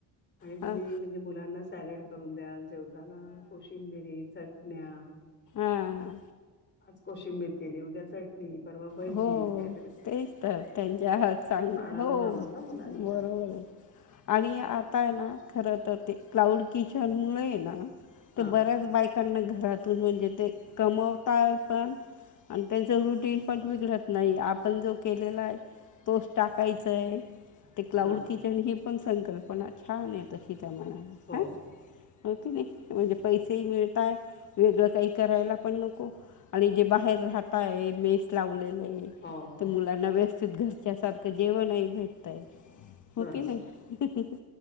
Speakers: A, on the left; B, on the left.
A: आणि तुम्ही
B: हां
A: मुलांना सॅलेड करून द्याल, जेवताना कोशिंबिरी, चटण्या
B: आं
A: आज कोशिंबीर केली, उद्या चटणी परवा भजी,
B: हो
A: काय
B: तेच तर, त्यांच्या हात चाल,
A: पानाला
B: हो
A: लावाल
B: <unintelligible>
A: ना मुलांच्या.
B: हो आणि आता ये ना, खर तर ते क्लाउड किचन मुळे, ना
A: हां,
B: त बऱ्याच बाईक् त्यांना घरातून, म्हणजे ते कमवता, पण अन त्यांचं रुटीन पण बीघडत नाही, आपण जो केलेला य, तोच टाकायचाय, ते क्लाउड
A: हां.
B: कि की, ही पण संकल्पना छान ये, तशी त्या मानाने,
A: हो,
B: अं होकी नाही, म्हणजे पैसेही मिळता, वेगळं काही करायला, पण नको. आणि जे बाहेर राहताय मेस लावलेलय,
A: हो, हो.
B: तर मुलांना व्यवस्थित घरच्या सारखं, जेवणही भेटतय हो
A: बरोबर.
B: की नाही, ह्हणं ह्हण,